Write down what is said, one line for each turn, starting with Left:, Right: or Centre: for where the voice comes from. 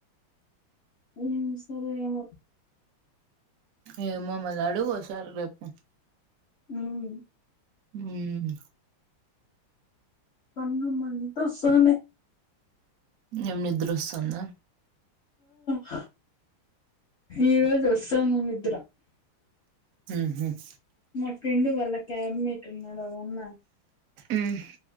Left: ఏం ఇస్తారో ఏమో
Right: ఏమో మరి అడుగు ఒకసారి రేపు
Left: హుమ్
Right: ఉమ్
Left: కండ్లు మంటోస్తన్నయ్
Right: ఏమ్ నిద్రొస్తుందా
Left: హ ఈరోజు వస్తోంది నిద్ర
Right: ఉ హుమ్
Left: మా ఫ్రెండ్ వళ్ల క్యాబ్మేట్ ఉన్నాడు వలన్నా
Right: ఉమ్